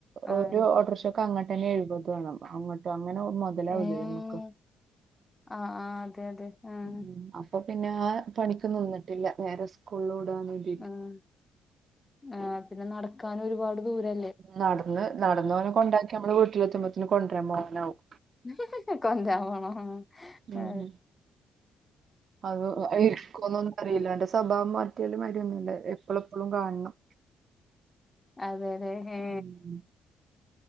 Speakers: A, on the left; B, on the right.
A: അതെ
B: ഒര് ഓട്ടർട്ടക്ഷ അങ്ങട്ടെന്നെ എഴുപത് വേണം അങ്ങട്ട് അങ്ങനെ മൊതലാവൂല
A: ഏഹ്
B: ല്ലോ നമക്ക്.
A: ആഹ് ആഹ് അതെ അതെ. ആഹ്
B: ഉം അപ്പൊ പിന്നെ ആ പണിക്ക്ന്നിന്നിട്ടില്ല നേരെ സ്കൂള്‌വി ടാന്ന് വേ
A: ഉം ആ പിന്നെ നടക്കാന് ഒരുപാട് ദൂരെ
B: നടന്ന് നടന്ന് ഓനെ കൊണ്ടാക്കി നമ്മള് വീട്ടിലെത്തുമ്പോത്തിന് കൊട്രാരാൻ പോവാനാവും.
A: ഹി ഹി കൊട്രാരാൻ പോണൊ
B: ഉം
A: ആ.
B: അത് ഇരിക്കോന്നൊന്നും അറീല ഓന്റെ സ്വഭാവം മാ <unintelligible> എപ്പളെപ്പളും കാണണം.
A: അതേലെ ഏ.
B: ഉം.